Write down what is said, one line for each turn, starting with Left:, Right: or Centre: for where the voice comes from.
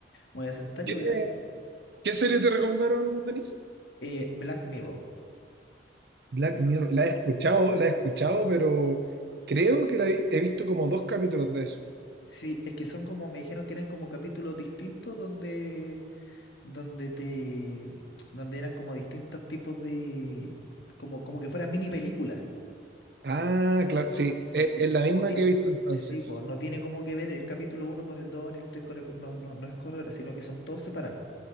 Left: voy a sentar
Right: ¿Qué,
Left: y voy a ir a ver.
Right: qué serie te recomendaron, Denis?
Left: Eh, Black Mirror.
Right: Black Mirror,
Left: No sé.
Right: la he escuchado, la he escuchado, pero creo que la vi- he visto como dos capítulos de eso.
Left: Sí, es que son como, me dijeron que eran como capítulos distintos donde donde te, donde eran como distintos tipos de, como, como que fueran mini películas.
Right: Ah,
Left: Entonces,
Right: claro, sí, es,
Left: eh, y
Right: es la
Left: como
Right: misma
Left: que,
Right: que he visto entonces.
Left: sí, pues, no tiene como que ver el capítulo uno con el 2 ni el 3 con el, cu- no, no, no es corredora, sino que son todos separados.